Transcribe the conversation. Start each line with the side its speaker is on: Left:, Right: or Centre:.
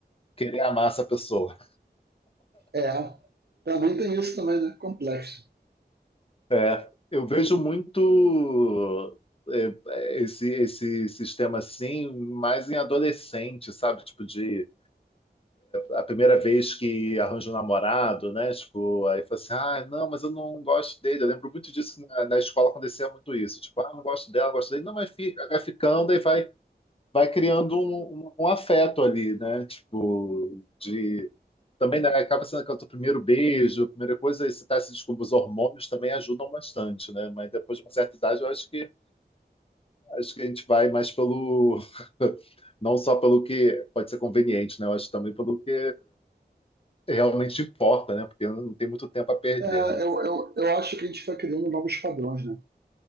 Left: querer amar essa pessoa.
Right: É, também tem isso também, né? Complexo.
Left: É, eu vejo muito é, esse, esse sistema assim, mais em adolescente, sabe? Tipo, de a primeira vez que arranja um namorado, né? Tipo, aí fala assim, ah, não, mas eu não gosto dele. Eu lembro muito disso que na, na escola acontecia muito isso. Tipo, ah, não gosto dela, não gosto dele. Não, mas fica, vai ficando e vai, vai criando um, um, um afeto ali, né? Tipo, de também né, acaba sendo que o teu primeiro beijo, a primeira coisa, esse tá se descobrindo, os hormônios também ajudam bastante, né? Mas depois de uma certa idade, eu acho que acho que a gente vai mais pelo <laughs> não só pelo que pode ser conveniente, né? Eu acho também pelo que realmente importa, né? Porque não tem muito tempo a perder,
Right: É,
Left: né?
Right: eu, eu, eu acho que a gente vai criando novos padrões, né?